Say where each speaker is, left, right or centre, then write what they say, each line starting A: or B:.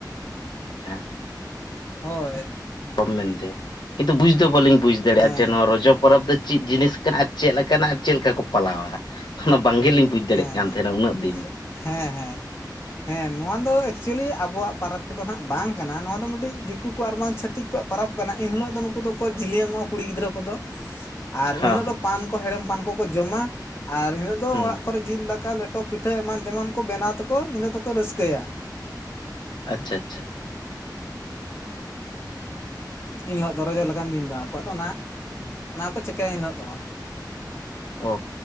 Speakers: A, on the left; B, on the left.
A: <unintelligible>
B: ᱦᱳᱭ
A: ᱢᱮᱱᱛᱮ ᱠᱤᱱᱛᱩ ᱵᱩᱡ ᱫᱚ ᱵᱟᱹᱞᱤᱧ ᱵᱩᱡ ᱫᱟᱲᱮᱭᱟᱜᱼᱟ
B: ᱦᱮᱸ
A: ᱡᱮ ᱱᱚᱣᱟ ᱨᱚᱡᱚ ᱯᱚᱨᱚᱵᱽ ᱫᱚ ᱪᱮᱫ ᱡᱤᱱᱤᱥ ᱠᱟᱱᱟ ᱟᱨ ᱪᱮᱫ ᱞᱮᱠᱟᱱᱟᱜ ᱟᱨ ᱪᱮᱫ ᱞᱮᱠᱟ ᱠᱚ ᱯᱟᱞᱟᱣᱟ᱾ ᱵᱟᱝᱜᱮᱞᱤᱧ ᱵᱩᱡᱽ ᱫᱟᱲᱮᱭᱟᱜ
B: ᱦᱮᱸ
A: ᱠᱟᱱ
B: ᱦᱮᱸ
A: ᱛᱟᱦᱮᱱᱟ ᱩᱱᱟᱹᱜ ᱫᱤᱱ ᱫᱚ
B: ᱦᱮᱸ ᱦᱮᱸ ᱦᱮᱸ ᱱᱚᱣᱟ ᱫᱚ ᱪᱮᱫ ᱞᱤᱧ ᱞᱟᱹᱭᱟ ᱟᱵᱚᱣᱟᱜ ᱯᱟᱨᱟᱽ ᱠᱚᱫᱚ ᱱᱟᱦᱟᱜ ᱵᱟᱝ ᱠᱟᱱᱟ ᱱᱚᱣᱟ ᱫᱚ ᱢᱤᱫᱴᱤᱡ ᱫᱤᱠᱩ ᱠᱚ ᱟᱨ ᱵᱟᱝ ᱪᱷᱟᱹᱛᱤᱠ ᱠᱚᱣᱟᱜ ᱯᱟᱨᱟᱵᱽ ᱠᱟᱱᱟ ᱤᱱ ᱦᱤᱞᱳᱜ ᱫᱚ ᱱᱩᱠᱩ ᱫᱚᱠᱚ ᱡᱤᱞᱮᱝᱚᱜᱼᱟ ᱠᱩᱲᱤ ᱜᱤᱫᱽᱨᱟᱹ ᱠᱚᱫᱚ ᱟᱨ
A: ᱦᱮᱸ
B: ᱮᱱᱦᱤᱞᱳᱜ
A: ᱦᱮᱸ
B: ᱫᱚ ᱯᱟᱱ ᱠᱚ ᱦᱮᱲᱮᱢ ᱯᱟᱱ ᱠᱚᱠᱚ ᱡᱚᱢᱟ ᱟᱨ ᱮᱱᱦᱤᱞᱳᱜ ᱫᱚ
A: ᱦᱩᱸ
B: ᱠᱚᱨᱮ ᱡᱤᱞ ᱫᱟᱠᱟ ᱞᱮᱴᱚ ᱯᱤᱴᱷᱟᱹ ᱮᱢᱟᱱ ᱛᱮᱢᱟᱱ ᱠᱚ ᱵᱮᱱᱟᱣ ᱛᱮᱠᱚ ᱤᱱᱟᱹᱜ ᱫᱚᱠᱚ ᱨᱟᱹᱥᱠᱟᱹᱭᱟ
A: ᱟᱪᱪᱷᱟ ᱟᱪᱪᱷᱟ
B: ᱮᱱ ᱦᱤᱞᱳᱜ ᱫᱚ ᱨᱚᱡᱚ ᱞᱮᱠᱟᱱ ᱫᱤᱱ ᱫᱚ ᱟᱠᱚ ᱟᱫᱚ ᱚᱱᱟ ᱚᱱᱟ ᱠᱚ ᱪᱤᱠᱟᱹᱭᱟ ᱮᱱᱦᱤᱞᱳᱜ ᱫᱚ᱾
A: ᱚ